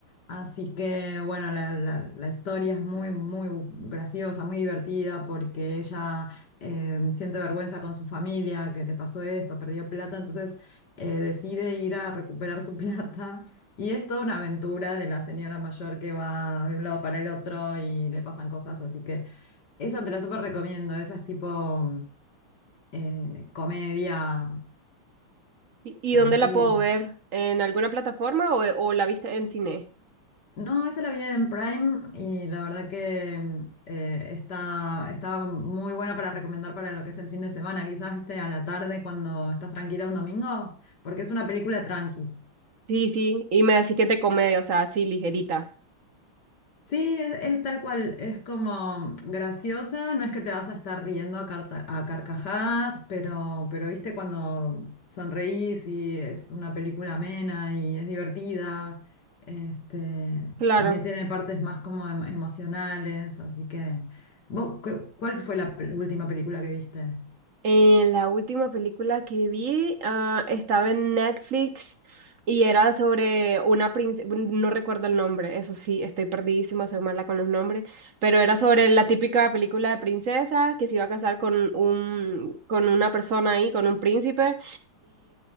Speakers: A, on the left; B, on the right.
A: Así que, bueno, la, la- la historia es muy, muy graciosa, muy divertida, porque ella eh, siente vergüenza con su familia, que le pasó esto, perdió plata, entonces eh, decide ir a recuperar su <laughs> plata y es toda una aventura de la señora mayor que va de un lado para el otro y le pasan cosas, así que esa te la súper recomiendo, esa es tipo eh, comedia
B: ¿Y, y
A: tranquila.
B: dónde la puedo ver? ¿En alguna plataforma o, o la viste en cine?
A: No, esa la vi en Prime y la verdad que eh, está, está muy buena para recomendar para lo que es el fin de semana, quizás viste a la tarde cuando estás tranquila un domingo, porque es una película tranqui.
B: Sí, sí, y me decís que es de comedia, o sea, así ligerita.
A: Sí, es, es tal cual, es como graciosa, no es que te vas a estar riendo a, carta- a carcajadas, pero, pero viste cuando sonreís y es una película amena y es divertida, este,
B: Claro.
A: también tiene partes más como em- emocionales, así que, ¿vos cu- cuál fue la pel- última película que viste?
B: Eh, la última película que vi ah, estaba en Netflix y era sobre una princesa, no recuerdo el nombre, eso sí, estoy perdidísima, soy mala con los nombres, pero era sobre la típica película de princesa que se iba a casar con un, con una persona ahí, con un príncipe,